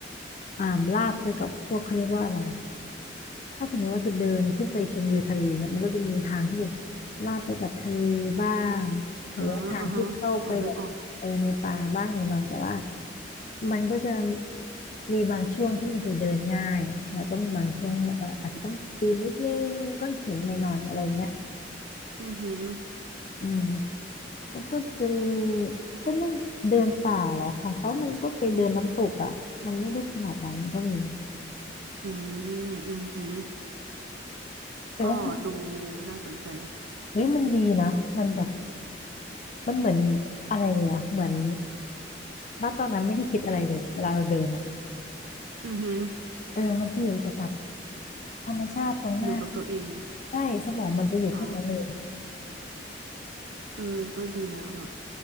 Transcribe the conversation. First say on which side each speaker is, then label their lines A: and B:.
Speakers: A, on the left; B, on the right.
A: อ่าลาบไปกับพวกเขาเรียกว่าอะไรอะถ้าสมมติว่าจะเดินขึ้นไปชมวิวทะเลเนี่ยมันก็จะมีทางที่แบบลาบไปกับทะเลบ้างหรือว่าทางที่เข้าไปแบบเออในป่าบ้างหน่อยๆแต่ว่า
B: อ๋ออ๋อฮะอ๋อนึกออก
A: มันก็จะมีบางช่วงที่มันจะเดินง่ายแล้วก็มีบางช่วงที่เอออาจจะต้องปีนนิดนึงก้อนหินหน่อยๆอะไรเงี้ย
B: อือหือ
A: อืม แล้วก็จะมีก็ไม่เดินป่าหรอกของเขามันก็ไปเดินน้ำตกอ่ะมันไม่ได้ขนาดนั้นก็มี
B: อืมอือหือ
A: แต่ว่า
B: ก็ดูน่าสนใจ
A: เฮ้ยมันดีนะมันแบบมันเหมือนอะไรเนี่ยอะเหมือนณตอนนั้นไม่ได้คิดอะไรเลยเวลาเราเดินอ่ะ
B: อือหือ
A: เออมันจะอยู่แต่กับธรรมชาติตรงหน้า
B: อยู่กับตัวเอง
A: ใช่สมองมันจะอยู่แค่นั้นเลย
B: อ๋อ เออก็ดีนะแบบ